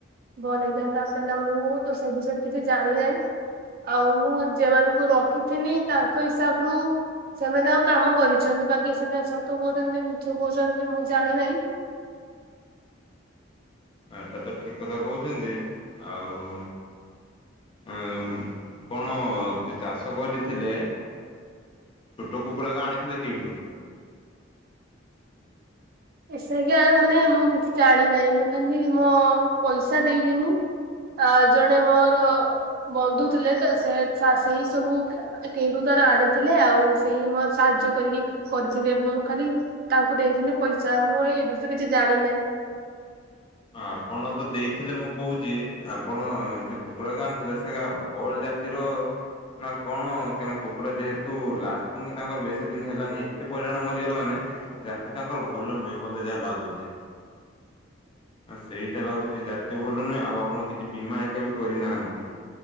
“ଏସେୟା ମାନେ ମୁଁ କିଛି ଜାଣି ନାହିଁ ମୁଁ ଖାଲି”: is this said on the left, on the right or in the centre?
Right